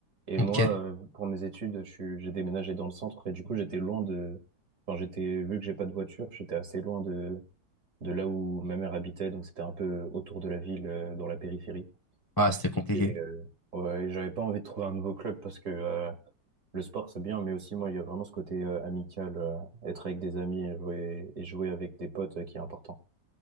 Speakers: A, on the right (about 40°); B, on the left (about 20°).
A: Et
B: Ok.
A: moi, euh, pour mes études, je suis, j'ai déménagé dans le centre. Et du coup, j'étais loin de, enfin, j'étais, vu que j'ai pas de voiture, j'étais assez loin de, de là où ma mère habitait. Donc, c'était un peu autour de la ville, euh, dans la périphérie.
B: Ah, c'était compliqué.
A: Et, euh, ouais, et j'avais pas envie de trouver un nouveau club parce que, euh, le sport, c'est bien, mais aussi, moi, il y a vraiment ce côté, euh, amical, euh, être avec des amis et jouer, et jouer avec des potes, euh, qui est important.